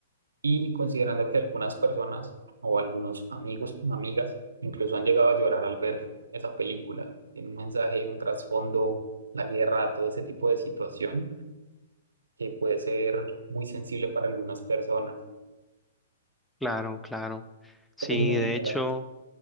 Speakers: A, on the right; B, in the centre.
A: Y considerando que algunas personas o algunos amigos, amigas, incluso han llegado a llorar al ver esa película. Tiene un mensaje, un trasfondo, la guerra, todo ese tipo de situación que puede ser muy sensible para algunas personas,
B: Claro, claro. Sí,
A: pero pues en
B: de
A: general
B: hecho,